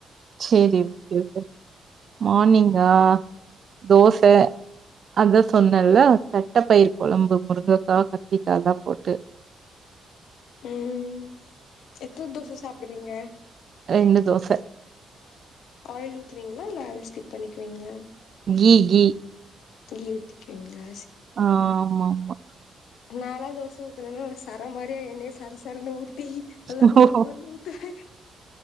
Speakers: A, on the right; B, on the left.
A: செரி ஓகே ஓகே மார்னிங்கா தோச அதா சொன்னல்ல தட்டப்பயிர் கொழம்பு முருங்கைக்கா கத்திரிக்காலா போட்டு
B: உம் எத்தன தோச சாப்பிடுவீங்க
A: ரெண்டு தோச
B: ஆயில் ஊத்துவீங்களா இல்ல அது ஸ்கிப் பண்ணிக்குவீங்களா
A: கீ கீ
B: கீ ஊத்திக்கிவீங்களா
A: ஆஹ் ஆமா ஆமா
B: நாலா தோச ஊத்துறேனு சரம் மாரி அப்டே எண்ணைய சர சரனு ஊத் தி நல்லா
A: ஓ!
B: மொறு மொறுனு ஊத்துவே